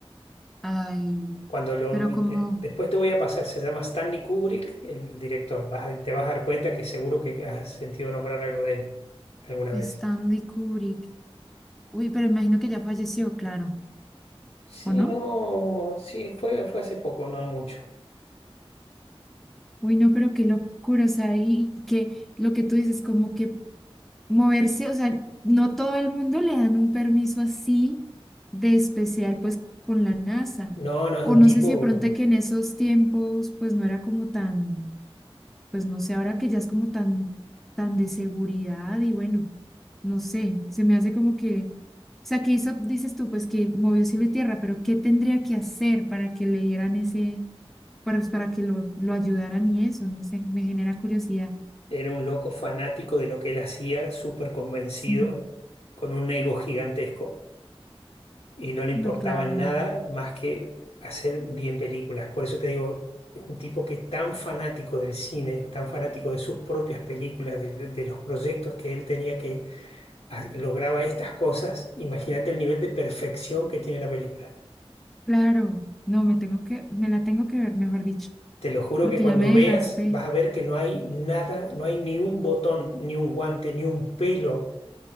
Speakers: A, in the centre; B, on the left.
A: Ay,
B: Cuando lo,
A: pero
B: de-
A: como
B: después te voy a pasar, se llama Stanley Kubrick, el director. Vas a- te vas a dar cuenta que seguro que has sentido nombrar algo de él alguna vez.
A: Stanley Kubrick. Uy, pero imagino que ya falleció, claro,
B: Sí,
A: ¿o no?
B: no, sí, fue, fue hace poco, no mucho.
A: Uy, no, pero qué locura, o sea, y, y que lo que tú dices, como que moverse, o sea, no todo el mundo le dan un permiso así de especial, pues, con la NASA.
B: No, no, es
A: O
B: un
A: no
B: tipo.
A: sé si de pronto que en esos tiempos, pues, no era como tan... pues no sé, ahora que ya es como tan, tan de seguridad y bueno, no sé, se me hace como que, o sea, que hizo, dices tú, pues que movió cielo y tierra, pero ¿qué tendría que hacer para que le dieran ese, para, pues, para que lo, lo ayudaran y eso? No sé, me genera curiosidad.
B: Era un loco fanático de lo que él hacía, súper convencido,
A: Sí,
B: con un ego gigantesco y no le importaba
A: no, claro,
B: nada
A: no.
B: más que hacer bien películas. Por eso te digo, es un tipo que tan fanático del cine, tan fanático de sus propias películas, de, de los proyectos que él tenía que ha- lograba estas cosas. Imagínate el nivel de perfección que tiene la película.
A: claro, no, me tengo que, me la tengo que ver, mejor dicho,
B: Te lo juro
A: porque
B: que cuando
A: ya me
B: veas
A: dejaste,
B: vas a ver que no hay nada, no hay ni un botón, ni un guante, ni un pelo